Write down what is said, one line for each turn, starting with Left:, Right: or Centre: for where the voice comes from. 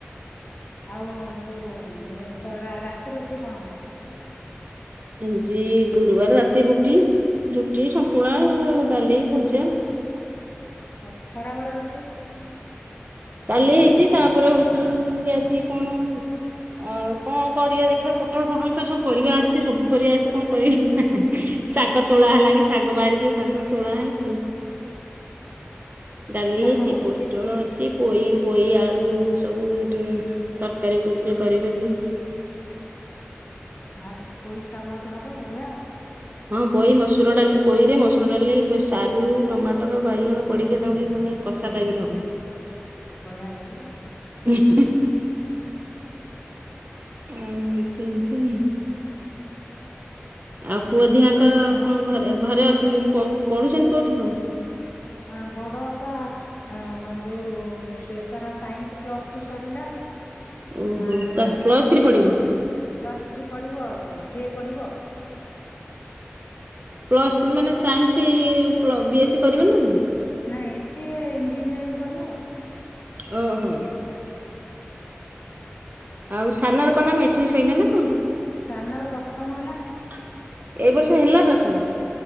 Left: ଆଉ ଯୋଉ କରା ରାତି ରୋଷେଇ କଣ ହବ?
Right: ଆଜି ଗୁରୁବାର ରାତି ରୁଟି ରୁଟି ଶନ୍ତୁଳା ଡାଲି ଭଜା
Left: ଆଉ ଖରାବେଳ ରୋଷେଇ?
Right: କାଲି ହେଇଚି ତାପରେ ହଉଚି ଆଜି କଣ ଆଉ କଁ କରିବା ଦେଖିବା ପୋଟଳ ଫୋଟଳତ ସବୁ ପରିବା ଅଛି ସବୁ ପରିବା ଅଛି କଁ କରି ଶାଗ ତୋଳା ହେଲାଣି ଶାଗ ବାରିରେ ଶାଗ ତୋଳା ହେଇଚି
Left: <inaudible>
Right: ଡାଲି
Left: ଶାଗ
Right: ହେଇଚି
Left: ହବ।
Right: ପୋଟଳ ଅଛି ପୋଇ ପୋଇ ଆଳୁ ସବୁ ତରକାରୀ କହୁଥିଲେ କରିମି ବୋଲି।
Left: ହଁ ସେ ପୋଇ ଶାଗ ଗୋଟେ ହବ ବଢିଆ ଆଉ।
Right: ହଁ ପୋଇ ମସୁର ଡାଲି ପୋଇରେ ମସୁର ଡାଲି ସାରୁ ଟମାଟର ବାଇଗଣ ପଡ଼ିକି ହେଟାଗୋଟେ ମାନେ କଷା ଟାଇପର ହବ।
Left: ବଢ଼ିଆ ଲାଗିବ।
Right: <unintelligible> ଆଉ ହଉଚି ଏମିତି। ଆଉ ପୁଅ ଦିଆଙ୍କ
Left: ହଁ
Right: କଁ ଘରେ ଘରେ ଅଛନ୍ତି ପଢୁ ପଢୁଚନ୍ତି କୋଉଠି କଁ?
Left: ଆ ବଡ଼ପା ଆଁ ଯୋଉ ସେ ତାର ସାଇନ୍ସ ପ୍ଲସ୍ ଟୁ ସରିଲା
Right: ଓହୋ।
Left: ଆ
Right: ପ୍ଲସ୍
Left: ସିଏ
Right: ଥ୍ରୀ ପଢିବ
Left: ପ୍ଲସ୍ ଥ୍ରୀ ପଢିବ ଆଉ ବି ଏ ପଢିବ ଆଉ।
Right: ପ୍ଲସ୍ ମାନେ ସାଇନ୍ସ ପ୍ଲ ବି ଏସ୍ ସ କରିବେନା ନା?
Left: ନାଇଁ ସିଏ ଇଞଜିନିୟରିଂ ପଢିବ।
Right: ଓହୋ। ଆଉ ସାନରପା ଏଇନା ମେଟ୍ରିକ୍ ଶୋଇିଲାନା କଁ?
Left: ସାନର ଦଶମ ହେଲା
Right: ଏଇ ବର୍ଷ ହେଲା ଦଶମ।